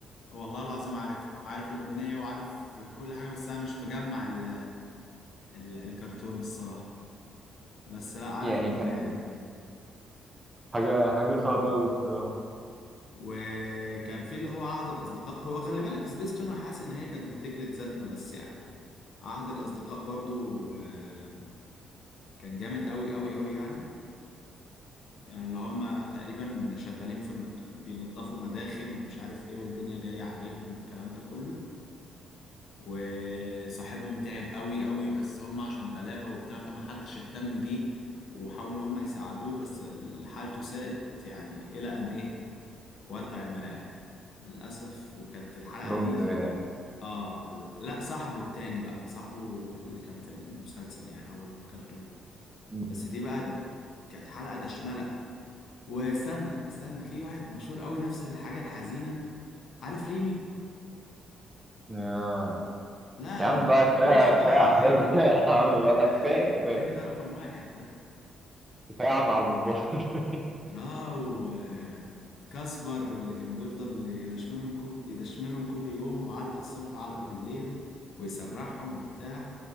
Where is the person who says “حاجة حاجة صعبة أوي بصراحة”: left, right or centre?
Right